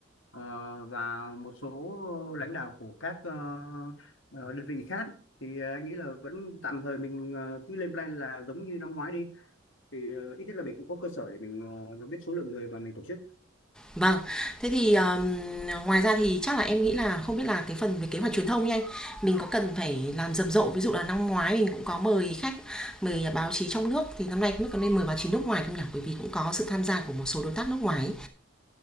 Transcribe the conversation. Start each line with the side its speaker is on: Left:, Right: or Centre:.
Left: ờ, và một số lãnh đạo của các ờ, ờ, đơn vị khác. Thì ờ, anh nghĩ là vẫn tạm thời mình ờ, cứ lên plan là giống như năm ngoái đi. Thì ờ, ít nhất là mình cũng có cơ sở để mình ờ, biết số lượng người và mình tổ chức.
Centre: Vâng, thế thì ờm, ngoài ra thì chắc là em nghĩ là không biết là cái phần về kế hoạch truyền thông nha anh, mình có cần phải làm rầm rộ, ví dụ là năm ngoái mình cũng có mời khách, mời báo chí trong nước thì năm nay không biết có nên mời báo chí nước ngoài không nhỉ? Bởi vì cũng có sự tham gia của một số đối tác nước ngoài. ấy.